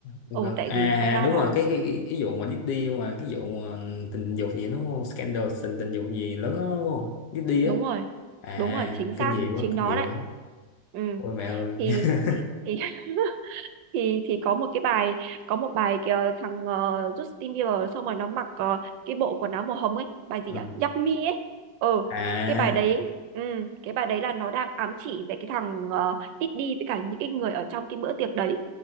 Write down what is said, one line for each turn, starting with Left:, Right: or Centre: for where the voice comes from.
Left: Vâng.
Right: ồ, tại
Left: À
Right: vì thật ra
Left: đúng
Right: là
Left: rồi cái, cái cái cái vụ mà Diddy mà cái vụ mà tình dục gì đúng không scandal tình tình dục gì lớn đó đúng không Diddy
Right: đúng
Left: á
Right: rồi
Left: à
Right: đúng rồi chính xác
Left: kinh dị quá
Right: chính
Left: kinh
Right: nó
Left: dị
Right: đấy
Left: quá
Right: ừ
Left: ôi mẹ ơi
Right: thì
Left: <laughs>
Right: thì <laughs> thì thì có một cái bài có một bài kìa, thằng ờ, Justin Bieber xong rồi nó mặc ờ, cái bộ quần áo màu hồng ấy bài gì
Left: Ừ.
Right: nhỉ Yummy ấy ừ
Left: à
Right: cái bài đấy ừ, cái bài đấy là nó đang ám chỉ về cái thằng ờ, Diddy với cả những cái người ở trong cái bữa tiệc đấy